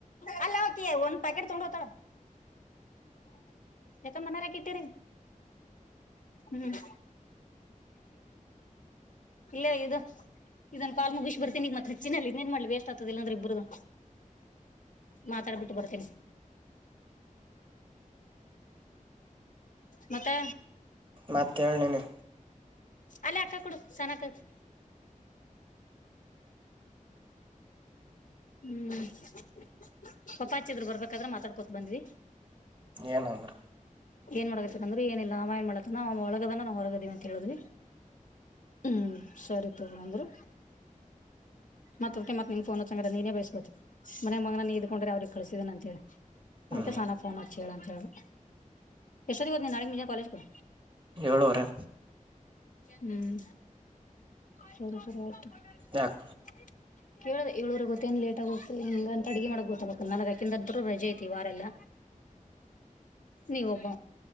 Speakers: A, on the left; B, on the right.
A: ಹಲೋ ಒಂದ್ ಪ್ಯಾಕೆಟ್ ತಗೊಂಡ್ ಹೋತಳ ಯಕ ಮನರ ಇಟ್ಟಿರಿ ಹ್ಮ್ ಇಲ್ಲ ಇದು ಇದನ್ ಕಾಲ್ ಮುಗಿಸಿ ಬರ್ತೇ ನೀಗ ಮತ್ತತ್ರ ಹೆೆಚ್ಚಿನಲ್ಲಿ ಇದೇನ್ ಮಾಡ್ಲಿ ವೇಸ್ಟ್ ಆಗ್ತದ ಇಲ್ಲಾಂದ್ರೆ ಇಬರುದು ಮತ್ತ ತಡೆ ಬಿಟ್ಟು ಬಡ್ತನ ಮತ್ತೆ
B: ಮತ್ತೇಳನನೆ
A: ಅಲ್ಲೇ ಅಕ್ಕ ಕೊಡು ಸನ್ನಕ್ಕತ್ ಹ್ಮ್ <unintelligible> ಪಪಾಚ್ಚಿದ್ರ ಬರ್ಬೇಕಾದ್ರೆ ಮಾತಾಡ್ಕೊತ ಬಂದ್ವಿ
B: ಏನಂದ್ರ
A: ಏನ್ ಮಾಡತ್ತಾರಂದ್ರು ಏನಿಲ್ಲ ನಾವ ಏನ್ ಮಾಡತ ಒಳಗದಾನ ನಾವ್ ಹೊರಗದಿವವಿ ಅಂತ ಹೇಳಿದ್ವಿ ಹ್ಮ್ ಸರಿ ತಗ್ರ ಅಂದ್ರು ಮಾತೆ ಅಡುಕಿ ನೀನು ಫೋನ್ ಹಂಚಿದರೆ ತಂಗ್ರ ನೀನ ಬಯಸ್ಬಬೇಕು ಮನ ಮಗನ ನೀ ಇದ್ಕೊಂಡ್ರೆ ಅವ್ರಗ್ ಕಳ್ಸಿದಿನನ ಅಂತ ಹೇಳಿ
B: ಹ್ಮ್
A: ಅದಕ್ಕೆ ಸಾನ ಫೋನ್ ಹಚ್ಚಿ ಹೇಳ ಅಂಂತೇಳ್ದಿ ಎಷ್ಟೊತ್ತಿಗೆ ಬ ನೀ ನಾಳೆ ಮುಂಜಾನೆ ಕಾಲಜಗೆ
B: ಏಳೂ ವಾರೆ
A: ಹ್ಮ್ ಸರಿ ಸರಿ ಆಯ್ತು <inaudible>
B: ಯಾಕ
A: ಕೇಳದ ಏಳೂರಿಗೆ ಗೊತ್ತ ಏ ಲೇಟ್ ಆಗುತ್ತೆ ಅಡುಗೆ ಮಾಡಕ್ ಗೊತ್ತಾಗಬೇಕಲ್ಲ ನನಗಾಕಂದರು ರಜೆ ಐತಿ ವಾರೆಲ್ಲ ನೀವು ಒಬ್ಬ